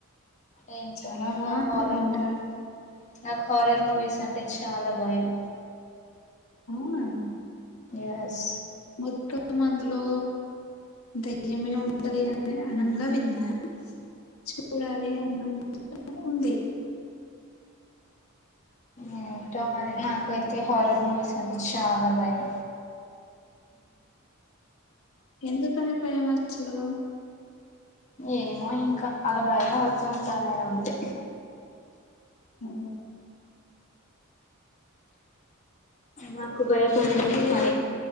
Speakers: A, on the left; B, on the left.
A: ఏంటన్నార
B: చాలా బాగుంటుందంట
A: నాకు హారర్ మూవీస్ అంటే చాలా భయం
B: అవునా
A: ఎస్
B: మొత్తం అందులో దయ్యమే ఉంటది అ అనంగా విన్నా చూడాలి అన్న ఉంది
A: ఏ టో మని నాకైతే హారర్ మూవీస్ అంటే చాలా భయం
B: ఎందుకు అని భయం అసలు
A: ఏమో ఇంకా అలా భయడుతుూ ఉంటాన ఉంటే
B: అ
A: మాకు భయపడడం
B: ఇంకా ఈ
A: పని
B: రో